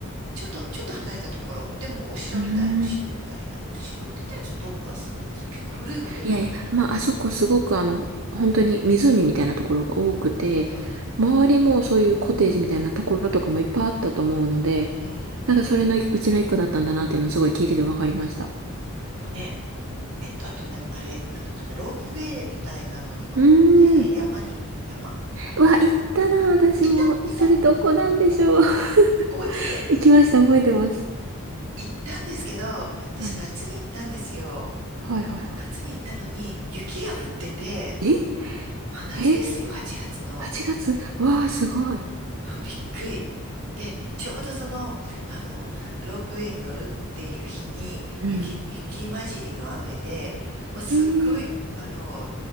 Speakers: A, on the right (about 85°); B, on the right (about 65°).
A: ちょっと、ちょっと離れたところ、でもお城みたい、
B: うー
A: お城みたいな、
B: ん。
A: お城って言ったらちょっと大げさ、大げさ、結構古いホテルだっ
B: いやいや、まあ、あそこすごくあの、本当に湖みたいなところが多くて、
A: た。うん、
B: 周りもそういうコテージみたいなところとかもいっぱいあったと思うので、
A: うん。
B: なんかそれのうちの一個だったんだなっていうのをすごい聞いててわかりました。
A: もうね、えっと、あとね、あれ、なんだっけな、ロープウェイみたいなのに乗って、
B: うーん。
A: 山に、山っていうのか。
B: うわ、行ったな、私も。
A: いたいた
B: それどこなんでしょう。<laughs>
A: 覚えてる
B: 行きました、覚えてます。
A: 行ったんですけど、私夏に行ったんですよ。
B: はい。はいはいは
A: 夏に行ったのに、雪が降ってて、
B: い。え
A: 真夏ですよ、
B: え
A: 8月の。
B: ?8 月うわあ、
A: うん。う
B: すごい。
A: んびっくり。で、ちょうどその、あの、ロープウェイに乗るっていう日に、
B: うん。
A: 雪、雪混じりの雨で、もうすっごい、
B: えー、
A: あの、